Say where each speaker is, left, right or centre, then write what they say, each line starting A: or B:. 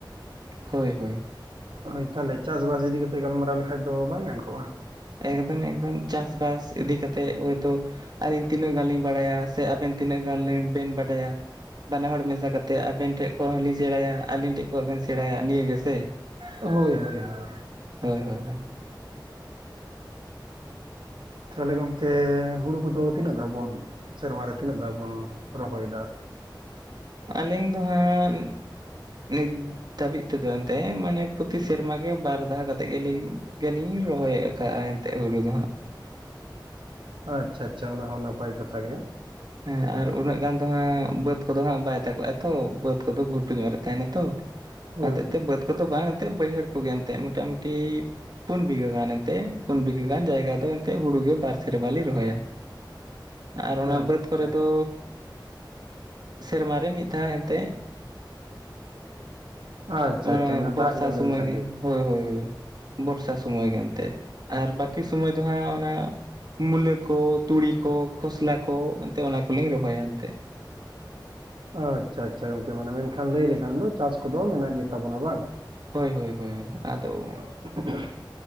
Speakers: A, on the right; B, on the right.
A: ᱦᱳᱭ ᱦᱳᱭ,
B: ᱦᱳᱭ ᱛᱟᱦᱚᱞᱮ ᱪᱟᱥ-ᱵᱟᱥ ᱤᱫᱤ ᱠᱟᱛᱮᱫ ᱜᱟᱞᱢᱟᱨᱟᱣ ᱞᱮᱠᱷᱟᱡ ᱫᱚ ᱵᱟᱝ ᱜᱟᱱ ᱠᱚᱜᱼᱟ?
A: ᱮᱠᱫᱚᱢ ᱮᱠᱫᱚᱢ, ᱪᱟᱥᱵᱟᱥ ᱤᱫᱤ ᱠᱟᱛᱮᱜ ᱳᱭᱛᱳ ᱟᱹᱞᱤᱧ ᱛᱤᱱᱟᱹᱜ ᱜᱟᱱ ᱞᱤᱧ ᱵᱟᱲᱟᱭᱟ, ᱥᱮ ᱟᱵᱮᱱ ᱛᱤᱱᱟᱹᱜ ᱜᱟᱱ ᱵᱮᱱ ᱵᱟᱰᱟᱭᱟ ᱵᱟᱱᱟ ᱦᱚᱲ ᱢᱮᱥᱟ ᱠᱟᱛᱮ ᱟᱵᱮᱱ ᱴᱷᱮᱱ ᱠᱷᱚᱱ ᱦᱚᱸ ᱞᱤᱧ ᱥᱮᱬᱟᱭᱟ ᱟᱹᱞᱤᱧ ᱴᱷᱮᱱ ᱠᱷᱚᱱ ᱵᱮᱱ ᱥᱮᱬᱟᱭᱟ ᱱᱤᱭᱟᱹ ᱜᱮ ᱥᱮ?
B: ᱦᱳᱭ ᱦᱳᱭ ᱦᱳᱭ,
A: ᱦᱳᱭ ᱦᱳᱭ ᱦᱳᱭ,
B: ᱛᱟᱦᱚᱞᱮ ᱜᱚᱝᱠᱮ ᱦᱩᱲᱩ ᱠᱚᱫᱚ ᱛᱤᱱᱟᱹᱜ ᱫᱷᱟᱣ ᱵᱚᱱ ᱥᱮᱨᱢᱟ ᱨᱮ ᱛᱤᱱᱟᱹᱜ ᱫᱷᱟᱣ ᱵᱚᱱ ᱨᱚᱦᱚᱭ ᱫᱟ?
A: ᱟᱹᱞᱤᱧ ᱫᱚ ᱦᱟᱸᱜ ᱱᱤᱛ ᱫᱷᱟᱹᱵᱤᱡ ᱛᱮᱫᱚ ᱮᱱᱛᱮᱜ ᱢᱟᱱᱮ, ᱯᱚᱛᱤ ᱥᱮᱨᱢᱟ ᱜᱮ ᱵᱟᱨ ᱫᱷᱟᱣ ᱠᱟᱛᱮᱫ ᱜᱮᱞᱤᱧ ᱜᱮᱞᱤᱧ ᱨᱚᱦᱚᱭ <unintelligible> ᱟᱠᱟᱫᱼᱟ ᱮᱱᱛᱮᱜ ᱦᱩᱲᱩ ᱫᱚ ᱦᱟᱸᱜ ᱾
B: ᱟᱪᱪᱷᱟ ᱟᱪᱪᱷᱟ, ᱚᱱᱟ ᱦᱚᱸ ᱱᱟᱯᱟᱭ ᱠᱟᱛᱷᱟ ᱜᱮ ᱾
A: ᱦᱮᱸ ᱟᱨ ᱩᱱᱟᱹᱜ ᱜᱟᱱ ᱫᱚ ᱦᱟᱸᱜ ᱵᱟᱹᱫᱽ ᱠᱚᱫᱚ ᱦᱟᱸᱜ ᱵᱟᱭ ᱛᱟᱜᱚᱜᱟᱭ ᱛᱚ ᱵᱟᱹᱫᱽ ᱠᱚᱫᱚ ᱜᱷᱩᱴᱩ ᱧᱚᱜ ᱨᱮ ᱛᱟᱦᱮᱱᱟ ᱛᱚ ᱾
B: ᱦᱳᱭ
A: ᱚᱱᱟ ᱦᱚᱛᱮᱫ ᱛᱮ ᱵᱟᱹᱫᱽ ᱠᱚᱫᱚ ᱵᱟᱝ ᱮᱱᱛᱮᱫ ᱵᱟᱹᱭᱦᱟᱹᱲ ᱠᱚᱜᱮ ᱮᱱᱛᱮᱫ ᱢᱚᱴᱟᱢᱩᱴᱤ ᱯᱩᱱ ᱵᱤᱜᱷᱟᱹ ᱜᱟᱱ ᱮᱱᱛᱮ ᱯᱩᱱ ᱵᱤᱜᱷᱟᱹ ᱜᱟᱱ ᱡᱟᱭᱜᱟ ᱫᱚ ᱮᱱᱛᱮ ᱦᱩᱲᱩ ᱜᱮ ᱵᱟᱨ ᱥᱮᱨᱢᱟ ᱞᱤᱧ ᱨᱚᱦᱚᱭᱟ ᱾ ᱟᱨ ᱚᱱᱟ
B: ᱟᱪᱪᱷᱟ
A: ᱵᱟᱹᱫᱽ ᱠᱚᱨᱮ ᱫᱚ ᱥᱮᱨᱢᱟ ᱨᱮ ᱢᱤᱫ ᱫᱷᱟᱣ ᱮᱱᱛᱮᱫ
B: ᱟᱪᱪᱷᱟ
A: ᱚᱱᱮ
B: ᱟᱪᱪᱷᱟ ᱢᱟᱱᱮ
A: ᱵᱚᱨᱥᱟ
B: ᱫᱟᱜ ᱧᱚᱜ
A: ᱥᱚᱢᱚᱭ
B: ᱞᱮᱱᱠᱷᱟᱡ
A: ᱜᱮ ᱾ ᱦᱳᱭ ᱦᱳᱭ ᱵᱚᱨᱥᱟ ᱥᱳᱢᱳᱭ ᱜᱮ ᱮᱱᱛᱮᱫ, ᱟᱨ ᱵᱟᱠᱤ ᱥᱩᱢᱳᱭ ᱫᱚ ᱦᱟᱸᱜ ᱚᱱᱟ ᱢᱩᱞᱟᱹ ᱠᱚ, ᱛᱩᱲᱤ ᱠᱚ, ᱠᱷᱚᱥᱞᱟ ᱠᱚ ᱮᱱᱛᱮ ᱚᱱᱟ ᱠᱚᱞᱤᱧ ᱨᱚᱦᱚᱭᱟ ᱮᱱᱛᱮᱜ᱾
B: ᱟᱪᱪᱷᱟ ᱟᱪᱪᱷᱟ ᱜᱚᱝᱠᱮ ᱢᱟᱱᱮ ᱢᱮᱱᱠᱷᱟᱱ ᱞᱟᱹᱭ ᱞᱮᱠᱷᱟᱱ ᱫᱚ ᱪᱟᱥ ᱠᱚᱫᱚ ᱢᱮᱱᱟᱜ ᱜᱮᱛᱟ ᱵᱚᱱᱟ ᱵᱟᱝ?
A: ᱦᱳᱭ ᱦᱳᱭ ᱦᱳᱭ ᱟᱫᱚ
B: <inaudible>